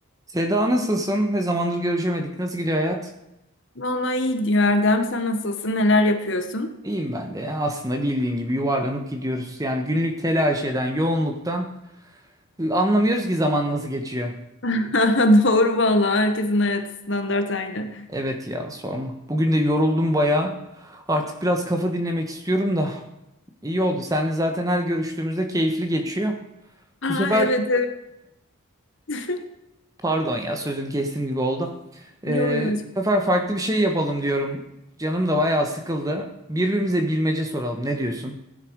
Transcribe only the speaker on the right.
Seda nasılsın? Ne zamandır görüşemedik. Nasıl gidiyor hayat?
İyiyim ben de. ya. Aslında bildiğin gibi yuvarlanıp gidiyoruz. Yani günlük telaş eden, yoğunluktan anlamıyoruz ki zaman nasıl geçiyor.
Evet ya sorma. Bugün de yoruldum bayağı. Artık biraz kafa dinlemek istiyorum da. İyi oldu. Seninle zaten her görüştüğümüzde keyifli geçiyor.
Bu sefer
pardon ya sözünü kestim gibi oldu.
Ee,
bu sefer farklı bir şey yapalım diyorum. Canım da bayağı sıkıldı. Birbirimize bilmece soralım. Ne diyorsun?